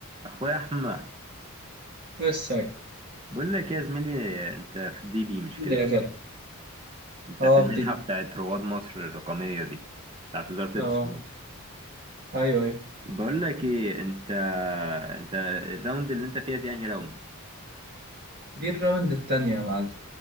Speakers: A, on the right; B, on the right.
A: اخويا احمد
B: بس هاي
A: بقول لك يا زميلي انت في الدي بي مش
B: قول
A: كده
B: لي يا غالي
A: انت
B: اه
A: في المنحه
B: في دبي
A: بتاعت رواد مصر الرقميه دي بتاعت وزاره
B: اه
A: الاتصالات
B: ايوه ايوه
A: بقول لك ايه انت انت الراوند اللي انت فيها دي انهي راوند
B: دي الراوند التانية يا معلم